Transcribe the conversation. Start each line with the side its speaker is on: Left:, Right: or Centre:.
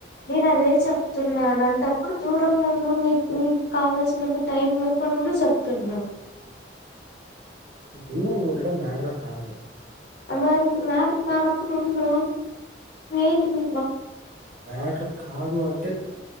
Left: నేను అదే చెప్తున్నా అలాంటప్పుడు దూరంగుండు నీ నీ కావల్సినంత టైం వరకు అని కూడా చెప్తున్నా
Right: ఈ దూరం ఉండడం మాటరే కాదు
Left: అ మరి మ్యాటర్ కానప్పుడు ఉండు ఏంటిది
Right: మ్యాటర్ కాదు అంటే